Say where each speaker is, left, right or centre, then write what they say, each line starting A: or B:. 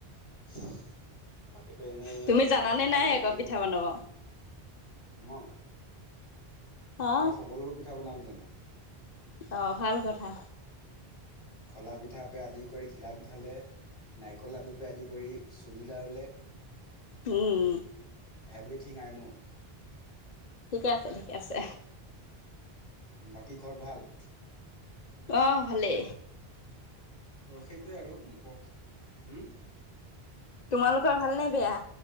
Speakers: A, on the left; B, on the left.
A: <unintelligible> বাকীটো এনে,
B: তুমি জানানে
A: ভাল
B: নাই
A: লাগিলে,
B: আকৌ পিঠা বনাব
A: মই!
B: অ
A: মই সকলোবোৰ পিঠা বনাব জানোঁ।
B: অ'! ভাল কথা।
A: খলা পিঠা <unintelligible> আদি কৰি, ঘিলা পিঠালে। নাৰিকল লাডু <unintelligible> আদি কৰি চুজি লাৰুলে।
B: উম!
A: এভ্ৰিথিং আই ন'।
B: ঠিকে আছে, ঠিকে আছে।
A: বাকী ঘৰত ভাল?
B: অ'! ভালে।
A: অ''! সেইটোৱে আৰু। <unintelligible> হোঁ!
B: তোমালোকৰ ভাল নে বেয়া?